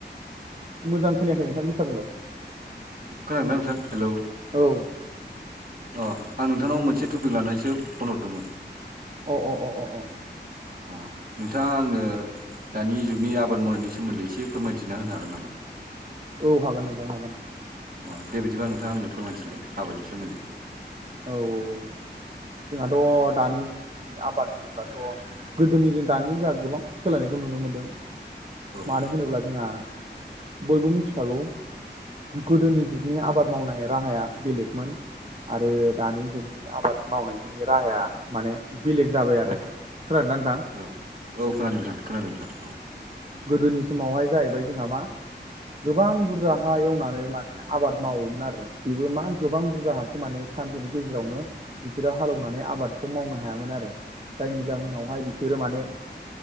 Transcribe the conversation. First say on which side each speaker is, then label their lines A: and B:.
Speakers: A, on the right; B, on the right.
A: मोजां खोनायाखै नोंथां गोसा बुंलाय
B: खोनादोंना नोंथां हेलौ
A: औ
B: अ आं नोंथांनाव मोनसे टपिक लानानैसो फन हरदोंमोन
A: अ अ अ अ अ
B: अ नोंथाङा आंनो दानि जुगनि आबाद मावनायनि सोमोन्दै एसे फोरमायथिना होनो हागोन नामा
A: औ हागोन नोंथां हागोन
B: अ दे बिदिबा नोंथाङा आंनो फोरमायथिलाय आबादनि सोमोन्दै
A: औ औ औ जोंहाथ' दानि आबाद होनोब्लाथ' गोदोनि जों दानिजों जोंहा गोबां सोलायनायखौ नुनो मोन्दों
B: औ
A: मानो
B: नोंथां
A: होनोब्ला जोंहा बयबो मिनथिखागौ गोदोनि जुगनि आबाद मावनाय राहाया बेलेगमोन आरो दानि जुगनि आबाद मावनायनि राहाया माने बेलेग जाबाय आरो खोनादोंना नोंथां
B: औ औ खोनादों नोंथां खोनादों नोंथां औ
A: गोदोनि समावहाय जाहैबाय जोंहा मा गोबां बुरजा हा एवनानै माने आबाद मावोमोन आरो बेबो मा गोबां बुरजा हाखौ माने सानसेनि गेजेरावनो बिसोरो हालेवनानै आबादखौ मावनो हायामोन आरो जायनि जाहोनावहाय बिसोरो माने